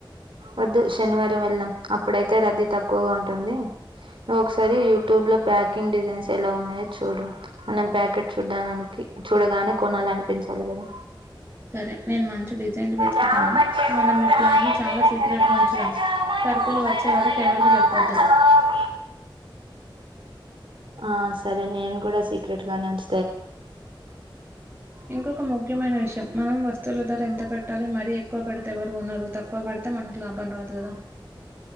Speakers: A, on the right (about 80°); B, on the right (about 20°).
A: వద్దు శనివారం వెళ్దాం అప్పుడైతే రద్దీ తక్కువగా ఉంటుంది నువ్వుఒక్కసారి యూట్యూబ్ లో ప్యాకింగ్ డిజైన్స్ ఎలా ఉన్నాయో చూడు మనం ప్యాకెట్ చూడడానికి చూడగానే కొనాలనిపించాలి కదా
B: సరే నేను మంచి డిజైన్లు వెతుకుతాను
A: రామచంద్రాయ
B: మనం మీ ప్లాన్ని చ చాలా
A: జనకరాజామనోహరాయ
B: సీక్రెట్గా ఉంచుదాం సరుకులు వచ్చే వరకు ఎవరికి
A: మామకామి
B: చెప్పొద్దు
A: ఆ సరే నేను కూడా సీక్రెట్ గానే ఉంచ
B: ఇంకొక ముఖ్యమైన విషయం మనం వస్తువుల ధర ఎంత పెట్టాలి మరీ ఎక్కువ పెడితే ఎవరు కొనరు తక్కువ పెడితే మనకు లాభం రాదు కదా